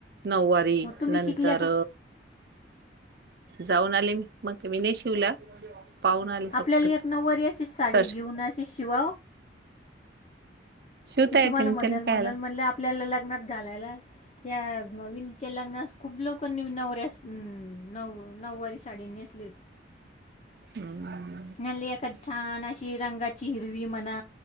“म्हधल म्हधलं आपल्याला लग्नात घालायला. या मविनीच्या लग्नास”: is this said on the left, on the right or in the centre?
Left